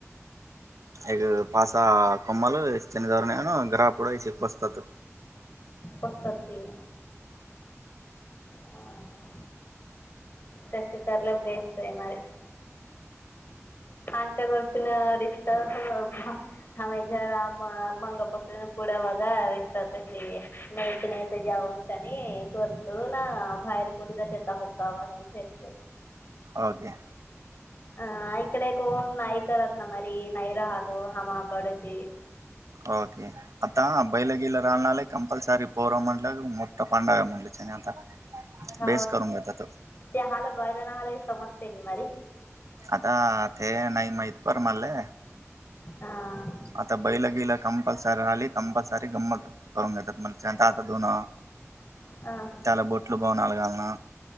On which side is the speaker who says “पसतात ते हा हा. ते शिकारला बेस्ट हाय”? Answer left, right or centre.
Left